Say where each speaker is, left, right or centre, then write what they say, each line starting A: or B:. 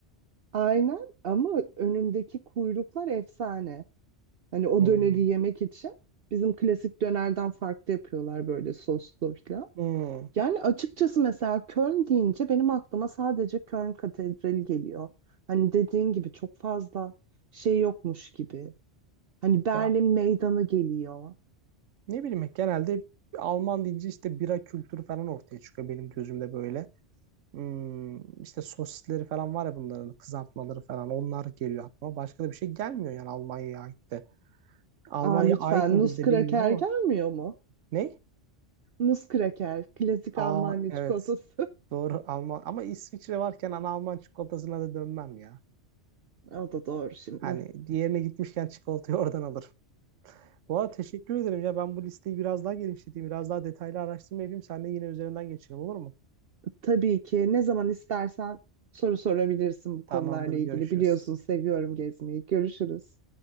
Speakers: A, on the right (about 55°); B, on the right (about 85°).
A: Aynen ama önündeki kuyruklar efsane. Hani o
B: Hmm.
A: döneri yemek için bizim klasik dönerden farklı yapıyorlar böyle soslu falan.
B: Hmm.
A: Yani açıkçası mesela Köln deyince benim aklıma sadece Köln Katedrali geliyor. Hani dediğin gibi çok fazla şey yokmuş gibi. Hani Berlin
B: Ya
A: Meydanı geliyor.
B: Ne bileyim genelde Alman deyince işte bira kültürü falan ortaya çıkıyor benim gözümde böyle. Hmm, işte sosisleri falan var ya bunların kızartmaları falan onlar geliyor aklıma. Başka da bir şey gelmiyor yani Almanya'ya ait de. Almanya'ya
A: Aa lütfen
B: ait midir
A: Nuskraker
B: de bilmiyorum ama.
A: gelmiyor mu?
B: Ne?
A: Nuskraker, klasik
B: Aa
A: Almanya
B: evet.
A: çikolatası. <laughs>
B: Doğru Alman ama İsviçre varken ana Alman çikolatasına da dönmem ya.
A: O da doğru şimdi.
B: Hani diğerine gitmişken çikolatayı <laughs> oradan alırım. Bu arada teşekkür ederim ya ben bu listeyi biraz daha genişleteyim. Biraz daha detaylı araştırma yapayım. Sen de yine üzerinden geçelim olur mu?
A: tabii ki ne zaman istersen soru sorabilirsin bu
B: Tamamdır
A: konularla ilgili.
B: görüşürüz.
A: Biliyorsun seviyorum gezmeyi. Görüşürüz.